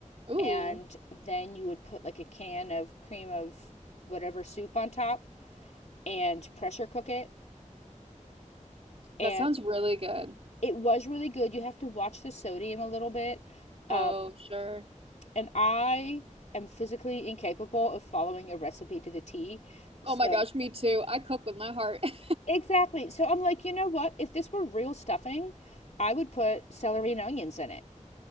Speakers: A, on the right; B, on the left.
A: Ooh,
B: and then you would put like a can of cream of whatever soup on top and pressure cook it and
A: that sounds really good.
B: it was really good. You have to watch the sodium a little bit. Um,
A: Oh, sure.
B: and I am physically incapable of following a recipe to the T. So
A: Oh my gosh, me too. I cook with my heart. <laughs>
B: Exactly. So I'm like, you know what? If this were real stuffing, I would put celery and onions in it.